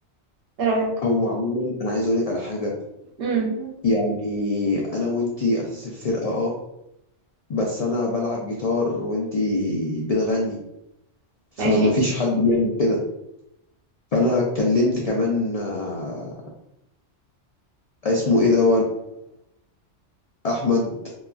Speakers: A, on the right; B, on the left.
A: ايه رأيك
B: فهو عموما انا عايز اقول لك على حاجه
A: امم
B: يعني انا وانتي اساس الفرقه اه بس انا بلعب جيتار وانتي بتغني فما
A: ماشي
B: فيش حد بيعمل كده فانا اتكلمت كمان آه، اسمه ايه ده احمد